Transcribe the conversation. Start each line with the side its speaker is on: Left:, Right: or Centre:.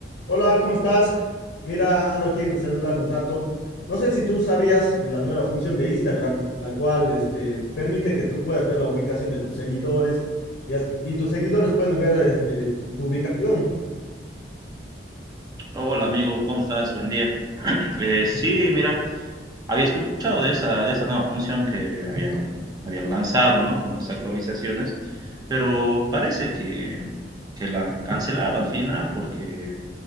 Left: Hola, ¿cómo estás? Mira, ando aquí en el celular un rato. No sé si tú sabías la nueva función de Instagram, la cual este, permite que tú puedas ver la ubicación de tus seguidores y, hasta- y tus seguidores pueden ver eh, eh, tu, tu ubicación.
Right: Hola amigo, ¿cómo estás? Buen día. Eh, sí, mira, había escuchado de esa, de esa nueva función que habían, habían lanzado, ¿no? Con las actualizaciones, pero parece que, que la han cancelado al final porque